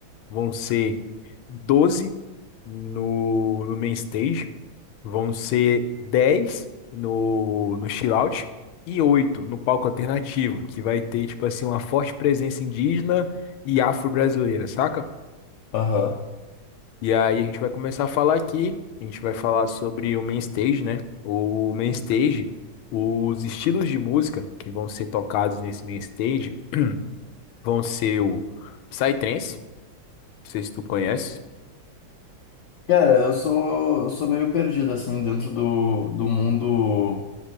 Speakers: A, on the left (about 85°); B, on the left (about 70°).
A: vão ser 12 no, no main stage, vão ser 10 no, no chill out e 8 no palco alternativo, que vai ter, tipo assim, uma forte presença indígena e afro-brasileira, saca?
B: Aham.
A: E aí a gente vai começar a falar aqui, a gente vai falar sobre o main stage, né? O main stage, os estilos de música que vão ser tocados nesse main stage vão ser o Psytrance, não sei se tu conhece.
B: Cara, eu sou, eu sou meio perdido, assim, dentro do, do mundo.